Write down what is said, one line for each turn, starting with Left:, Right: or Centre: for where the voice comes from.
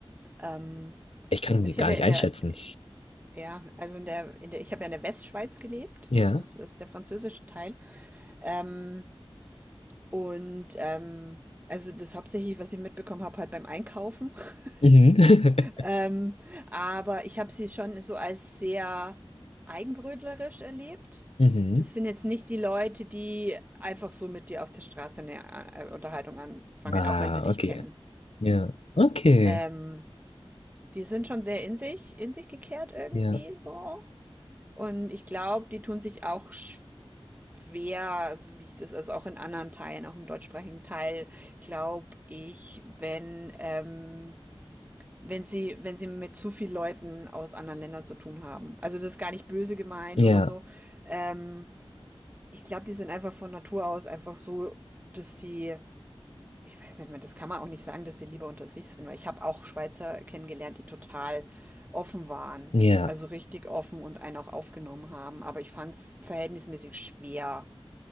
Right: Ähm,
Left: Ich kann
Right: also
Left: die
Right: ich
Left: gar
Right: habe
Left: nicht
Right: ja in
Left: einschätzen.
Right: der Ja, also in der, in der, ich habe ja in der Westschweiz gelebt,
Left: Ja.
Right: das ist, ist der französische Teil. Ähm, und ähm, also das hauptsächlich, was ich mitbekommen habe, halt beim Einkaufen. <laughs>
Left: Mhm. <laughs>
Right: Ähm, aber ich habe sie schon so als sehr eigenbrötlerisch erlebt.
Left: Mhm.
Right: Das sind jetzt nicht die Leute, die einfach so mit dir auf der Straße eine äh, Unterhaltung anfangen,
Left: Ah,
Right: auch wenn sie dich
Left: okay.
Right: kennen.
Left: Ja. Okay.
Right: Ähm, die sind schon sehr in sich, in sich gekehrt irgendwie
Left: Ja.
Right: so. Und ich glaube, die tun sich auch schwer Schwer, also wie ich das also auch in anderen Teilen, auch im deutschsprachigen Teil, glaube ich, wenn, ähm, wenn sie, wenn sie mit zu viel Leuten aus anderen Ländern zu tun haben. Also das ist gar nicht böse gemeint
Left: Ja.
Right: oder so. Ähm, ich glaube, die sind einfach von Natur aus einfach so, dass sie, ich weiß nicht mehr, das kann man auch nicht sagen, dass sie lieber unter sich sind, weil ich habe auch Schweizer kennengelernt, die total offen waren.
Left: Ja.
Right: Also richtig offen und einen auch aufgenommen haben. Aber ich fand es verhältnismäßig schwer